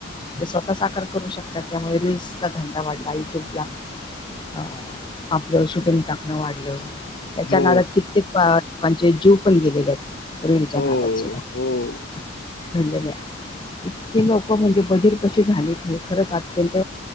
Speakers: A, on the left; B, on the left.
A: स्वतः साकार करू शकतात त्यामुळे रीलसचा धंदा वाढला युट्यूबला अ आपलं सुटंग टाकणं वाढलं याच्या
B: हो,
A: नाळत कित्येक लोकांचे जीव पण गेलेले आहेत रेलच्या
B: हो,
A: नाळात अच्छ का
B: हो,
A: इतके लोक म्हणजे बधर कसे झालीत हे खरंच अत्यंत